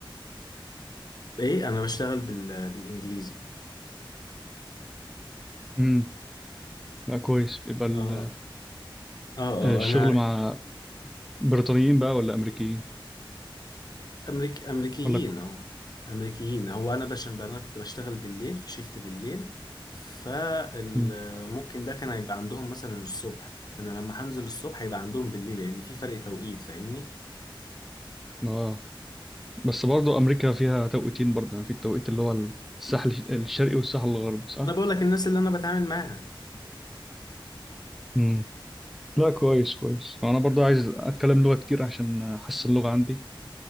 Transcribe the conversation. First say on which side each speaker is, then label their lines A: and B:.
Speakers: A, on the left; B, in the centre.
A: ايه انا بشتغل بال... بالانجليزي
B: امم لا كويس بيبقى ال-
A: اه اه اه
B: الشغل
A: انا
B: مع بريطانيين بقى ولا امريكيين
A: امريك امريكيين
B: ولا كو...
A: اه امريكيين هو انا عشان انا كنت بشتغل بالليل في شيفت بالليل فممكن
B: مم.
A: ده كان هيبقى عندهم مثلا الصبح فانا لما هنزل الصبح هيبقى عندهم بالليل لان في فرق توقيت فاهمني
B: اه بس برضو امريكا فيها توقيتين برضو يعني في التوقيت اللي هو الساحل الشرقي والساحل الغربي صح
A: انا بقول لك الناس اللي انا بتعامل معاها
B: امم لا كويس كويس انا برضو عايز اتكلم لغة كتير عشان احسن اللغة عندي